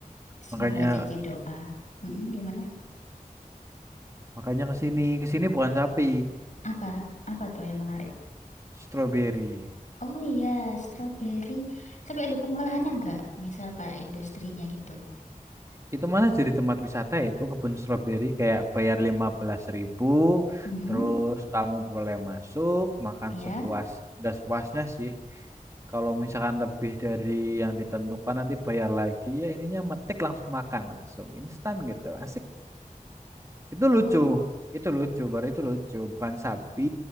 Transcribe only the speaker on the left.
Semoga
aja jadi doa. Mm-mm, gimana?
Apa? Apa tuh yang menarik?
Oh iya, strawberry. Tapi ada pengolahannya nggak? Misal kayak industrinya gitu.
mm
ya.
Oh,